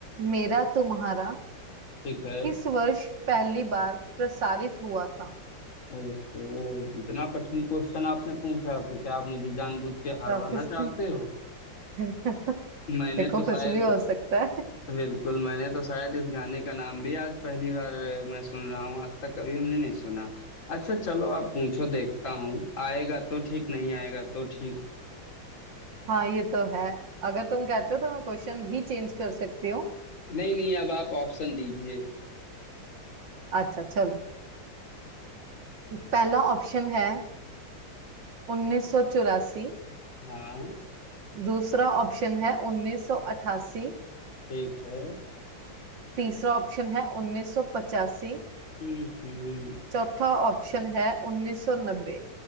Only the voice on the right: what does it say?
मेरा तुम्हारा
किस वर्ष पहली बार प्रसारित हुआ था
ऑफिस
के
<laughs>
देखो
कुछ
भी हो सकता है
हाँ ये तो है अगर तुम कहते हो तो मैं क्वेश्चन भी चेंज कर सकती हूँ
अच्छा चलो पहला ऑप्शन है उन्नीस सौ चौरासी
दूसरा ऑप्शन है उन्नीस सौ अठासी
तीसरा ऑप्शन है उन्नीस सौ पचासी
चौथा ऑप्शन है उन्नीस सौ नब्बे